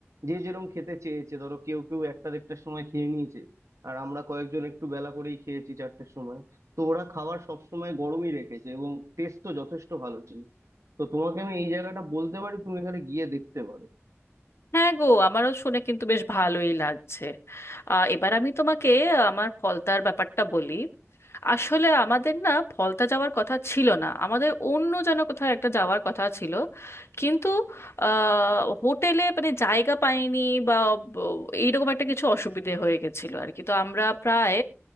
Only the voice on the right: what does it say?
যে যেরকম খেতে চেয়েছে ধরো কেউ কেউ একটা দেড়টার সময় খেয়ে নিয়েছে আর আমরা কয়েকজন একটু বেলা করেই খেয়েছি চারটের সময় তো ওরা খাবার সব সময় গরমই রেখেছে এবং টেস্টও যথেষ্ট ভালো ছিল তো তোমাকে আমি এই জায়গাটা বলতে পারি তুমি এখানে গিয়ে দেখতে পারো